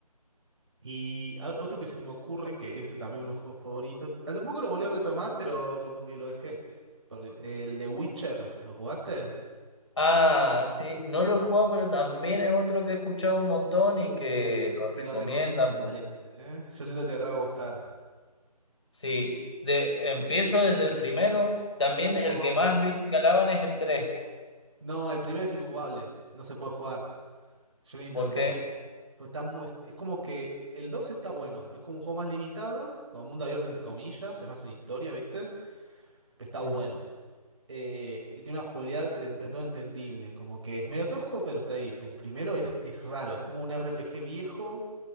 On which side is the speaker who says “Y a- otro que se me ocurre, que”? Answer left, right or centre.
Right